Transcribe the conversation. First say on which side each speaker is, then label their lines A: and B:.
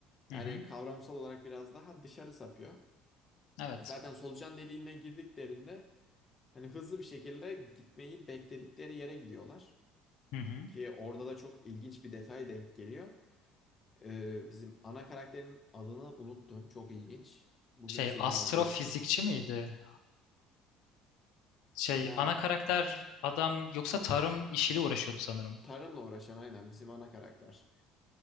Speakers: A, on the left; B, on the left.
A: Yani
B: Hı hı.
A: kavramsal olarak biraz daha dışarı sapıyor.
B: Evet.
A: Zaten solucan deliğine girdiklerinde hani hızlı bir şekilde gitmeyi bekledikleri yere gidiyorlar.
B: Hı hı.
A: Ki orada da çok ilginç bir detay denk geliyor. Ee, bizim ana karakterin adını unuttum. Çok ilginç. Bugün
B: Şey
A: izlediğim
B: astrofizikçi
A: halde unuttum.
B: miydi? Şey
A: Ya
B: ana karakter adam yoksa tarım işiyle uğraşıyordu sanırım.
A: tarımla uğraşan aynen bizim ana karakter.